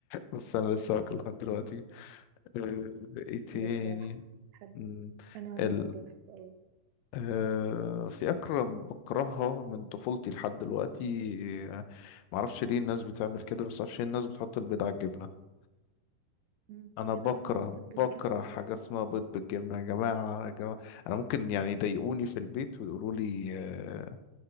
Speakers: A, on the left; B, on the right.
A: بس انا لسه واكل لحد دلوقتي آه ايه تاني
B: حلو بصراحة حلو
A: مم،
B: أنا أنا
A: ال
B: برضه بحبه أوي
A: آه في اكله بكرهها من طفولتي لحد دلوقتي آه معرفش ليه الناس بتعمل كده بس معرفش ليه الناس بتحط البيض على الجبنه
B: مم.
A: انا
B: بيض
A: بكره
B: ع- اه بيض بالجبنة
A: بكره حاجه
B: ده
A: اسمها بيض بالجبنه يا جماعه يا جماعه انا ممكن يعني يضايقوني في البيت ويقولوا لي آه،